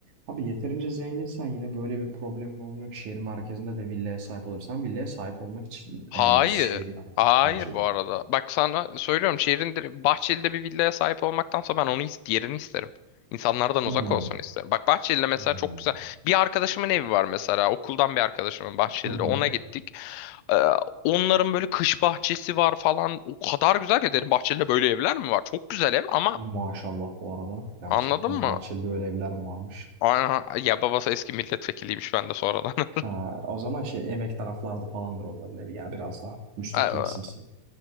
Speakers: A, on the right; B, on the left.
A: abi yeterince zenginsen yine böyle bir problemin olmuyor ki şehir merkezinde de villaya sahip olursan villaya sahip olmak için
B: Hayır,
A: e, şehir merkezi
B: hayır
A: tercih ediyorsun.
B: bu arada. Bak sana söylüyorum şehrin dire- Bahçeli'de bir villaya sahip olmaktansa ben onu is- diğerini isterim. İnsanlardan
A: Hı.
B: uzak olsun isterim. Bak Bahçeli'de mesela
A: Hı.
B: çok güzel. Bir arkadaşımın evi var mesela. Okuldan bir arkadaşımın Bahçeli'de.
A: Hı hı.
B: Ona gittik. Ee, onların böyle kış bahçesi var falan. O kadar güzel ki dedim bahçede böyle evler mi var? Çok güzel ev ama
A: Maşallah bu arada. Gerçekten
B: anladın mı?
A: Bahçeli'de öyle evler mi varmış.
B: Aa, ya babası eski milletvekiliymiş ben de sonradan. <laughs>
A: Ha, o zaman şey emek taraflarda falandır onların evi ya biraz daha müstakilimsimsi.
B: Ee,